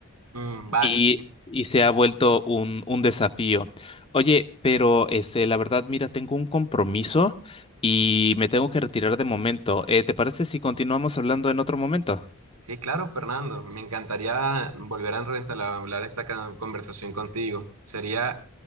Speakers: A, on the right; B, on the left.
A: Mm, vale.
B: Y, y se ha vuelto un, un desafío. Oye, pero este, la verdad, mira, tengo un compromiso y me tengo que retirar de momento. Eh, ¿te parece si continuamos hablando en otro momento?
A: Sí, claro, Fernando. Me encantaría volver a entablar esta ca- conversación contigo. Sería